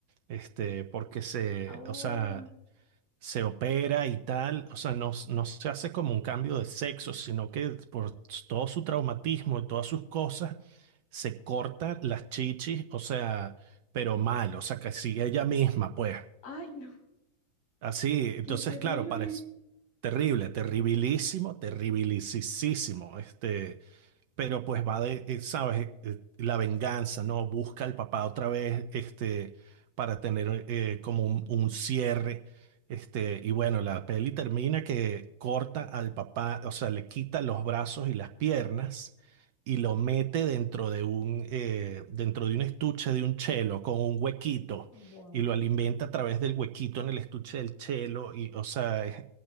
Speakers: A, on the right (about 45°); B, on the left (about 45°).
A: este, porque se,
B: Au.
A: o sea, se opera y tal, o sea, no, s- no se hace como un cambio de sexo, sino que por todo su traumatismo y todas sus cosas, se corta las chichis, o sea, pero mal, o sea, que sigue ella misma, pues.
B: Ay, no,
A: Así, entonces,
B: qué terrible.
A: claro, parece terrible, terribilísimo, terribilisísimo, este, pero pues va de, eh, sabes, Eh, la venganza, ¿no? Busca al papá otra vez, este, para tener eh, como un, un cierre, este, y bueno, la peli termina que corta al papá, o sea, le quita los brazos y las piernas y lo mete dentro de un, eh, dentro de un estuche de un chelo con un huequito.
B: Wow.
A: Y lo alimenta a través del huequito en el estuche del chelo. Y, o sea, es-